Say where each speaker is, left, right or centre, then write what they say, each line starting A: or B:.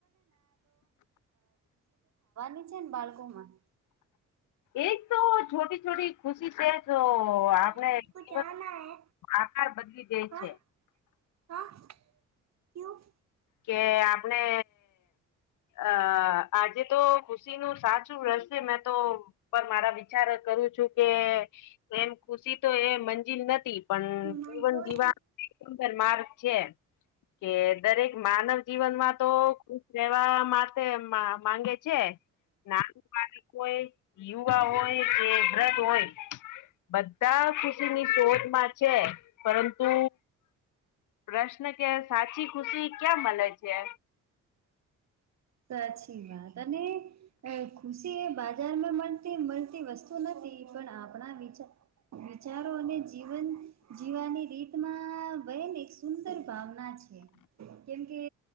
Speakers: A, on the right; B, on the left.
A: પણ <inaudible>
B: એક તો છોટી છોટી ખુશી છે તો
A: મમ્મા
B: આપણે
A: જીટકો
B: જીવન
A: જાના હૈ
B: આકાર બદલી દે
A: હા
B: છે
A: હા ક્યું
B: કે આપણે અ આજે તો ખુશી નું સાચું તુ હશે મેં તો પર મારા વિચાર કરું છું કે કેમ ખુશી તો એ મંજિન નથી પણ
A: મમ્મા
B: કુવન
A: બોલ
B: જીવા એ શુંદર માર્ગ છે કે દરેક માનવ જીવનમાં તો ખુશ રહેવા માટે મા માંગે છે નાનું બાળક હોય, યુવા હોય, કે વ્રધ હોય. બધા ખુશીની શોધ માં છે પરંતુ પ્રશ્ન કે સાચી ખુશી ક્યાં મળે છે.
A: સાચી વાત અને એ ખુશી એ બાજારમાં મળતી મળતી વસ્તુ નથી પણ આપણા વિચા વિચારો અને જીવન જીવાની રીતમાં બેહન એક સુંદર ભાવના છે, કેમ કે